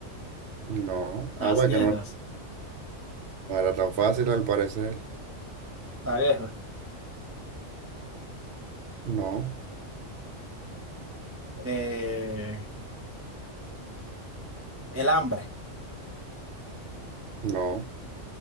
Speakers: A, on the right; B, on the right.
A: No, a
B: las
A: ver,
B: guerras,
A: que no, no era tan fácil al parecer.
B: la guerra,
A: No,
B: eh, el hambre,
A: no,